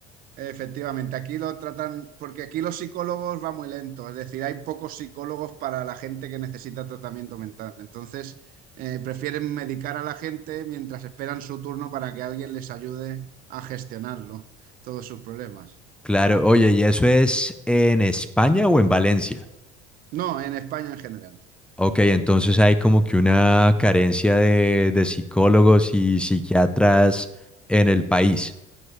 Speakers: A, on the right; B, in the centre.
A: Efectivamente, aquí lo tratan, porque aquí los psicólogos va muy lento, es decir, hay pocos psicólogos para la gente que necesita tratamiento mental. Entonces, eh, prefieren medicar a la gente mientras esperan su turno para que alguien les ayude a gestionarlo, todos sus problemas.
B: Claro, oye, ¿y eso es en España o en Valencia?
A: No, en España en general.
B: Ok, entonces hay como que una carencia de, de psicólogos y psiquiatras en el país.